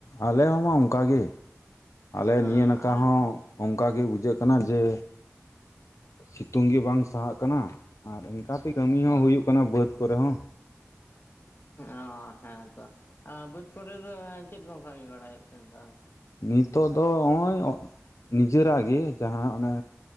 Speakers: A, on the left (about 80°); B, on the left (about 45°).
A: ᱟᱞᱮ ᱦᱚᱸᱢᱟ ᱚᱱᱠᱟ ᱜᱮ ᱟᱞᱮ
B: ᱦᱮᱸ
A: ᱱᱤᱭᱟᱹ ᱱᱟᱠᱷᱟ
B: ᱟᱨ
A: ᱦᱚᱸ ᱚᱱᱠᱟ ᱜᱮ ᱵᱩᱡᱷᱟᱹᱜ ᱠᱟᱱᱟ ᱡᱮ ᱥᱤᱛᱩᱝ ᱜᱮ ᱵᱟᱝ ᱥᱟᱦᱟᱜ ᱠᱟᱱᱟ ᱟᱨ ᱤᱱᱠᱟᱹᱛᱮ ᱠᱟᱹᱢᱤ ᱦᱚᱸᱦᱩᱭᱩᱜ ᱠᱟᱱᱟ ᱵᱟᱹᱫ ᱠᱚᱨᱮᱦᱚᱸ।
B: ᱚ ᱦᱮᱸ ᱛᱚ ᱵᱟᱹᱫᱽ ᱠᱚᱨᱮ ᱫᱚ ᱪᱮᱫ ᱠᱚᱢ ᱠᱟᱹᱢᱤ ᱵᱟᱲᱟᱭᱮᱫ ᱛᱮ ᱱᱮᱛᱟᱨ ᱫᱚ?
A: ᱱᱤᱛᱚᱜ ᱫᱚ ᱱᱚᱜᱼᱚᱭ ᱱᱤᱡᱮᱨᱟᱜ ᱜᱮ ᱡᱟᱦᱟᱸ ᱚᱱᱮ